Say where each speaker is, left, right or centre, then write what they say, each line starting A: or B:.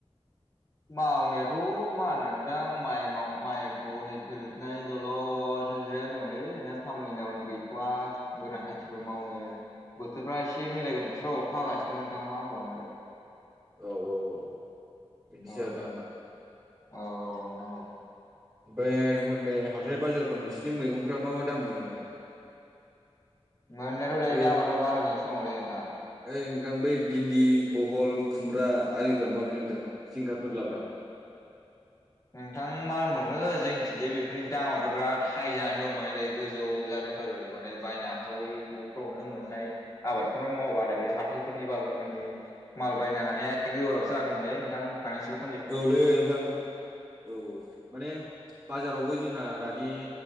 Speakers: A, on the left; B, on the right.
A: मावनायाथ' मा होनो नोंथां माइ माइखौ नै फोजोबनानैल' दलद जिरायनानै दंलै नोंथां खामानि दामानि गैथ'वा गोरान खेथि थिबो मावनो बोथोरफ्रा एसे मिलायग्रोथोंसै र' अखा हागासिनो नोंथां मा होनबावनो आरो।
B: औ औ। बिदिसो
A: औ
B: आरो ना
A: औ औ नोंथां।
B: बे नोंथां बे हाथाय बाजारफोराव नोंसिथिनि मैगंफ्रा मा मा दाम मोनो नोंथां?
A: मोननायाथ' दायो
B: बै
A: दामाथ' बारायगासिनो दङलै नोंथां।
B: ओइ नोंथां बै भिन्दि बहल खुमब्रा आरिफ्रा माबायदि नोंथां जिंखा फोरलाफ्रा?
A: नोंथां मा होनबावनो जोंनिथिंजाय बेफोरनि दामाथ' बिराद हाइ जानानै। दं माने ओरै गोजौ जाना दंथारो माने बायनो हाथावै न'फ्रावनो मोननाय आबादफोराव मावबा दायो हाथायफोरनि बाजारफोरनिनो माल बायनो हानाया गोब्राब जादोंलै नोंथां फाइनसियेल
B: औ लै नोंथां औ औ माने बाजारावबो जोंहा दा नि